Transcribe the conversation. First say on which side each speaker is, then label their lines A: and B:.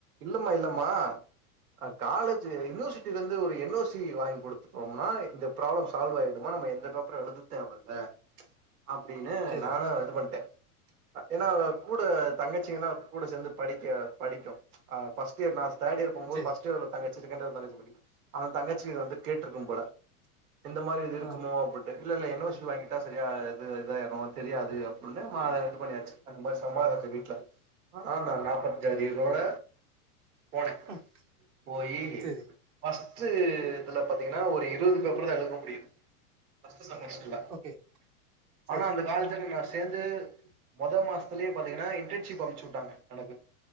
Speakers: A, on the right; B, on the right.
A: இன்னுமா இல்லமா க காலேஜ்ஜூ யுனிவர்சிட்டிலேந் ந்து ஒரு என் ஓ சி வாங்கி குடுத்துட்டோம்னா இந்த ப்ராப்ளம் சால்வ் ஆய்டுமா நம்ம எந்தபேப்பரு எழுதுதேவல்ல அப்டின்னு
B: சேரி
A: நானா இது பண்ட்டே அ ஏன்னா கூட தங்கச்சினா கூட சேந்துட் படிக்க படிக்கு ச் அ ஃபர்ஸ்ட் இயர் நா தேர்ட் இயர் போம் போது
B: சேரி
A: ஃப்ர்ஸ்ட் இயர்ல ஒரு தங்கச்சி செக்ண்ட் இயர்ல ஒரு தங்கச்சி படிக் அவன் தங்கச்சி வந்து கேட்ருக்கும் போல இந்த மாரி இது இருக்குமோ
B: ஆ
A: அப்படி இல்ல இல்ல என் ஓ சி வாங்கிட்டா சரியா இது இதாயிரும் தெரியாது அப்டின்னு மா இது பண்ணியாச்சு அந்த மாரி சமாளிச்ச வீட்ல ஆனா நா நாப்பத்தஞ்சு அரியரோட போண்ணே
B: ம்
A: போயி
B: சேரி
A: ஃபர்ஸ்டு இதுல பாத்தீங்கன்னா ஒரு இருபது பேப்பரு தா எழுதனு முடியது ஃபர்ஸ்ட் செமஸ்ட்ரில்ல
B: ஓகே சேரி
A: ஆனா அந்த காலத்துல சேந்து மொத மாசத்திலேயே பாத்தீங்கன்னா இன்டர்ன்ஷிப் அம்ச்சு விட்டாங்க எனக்கு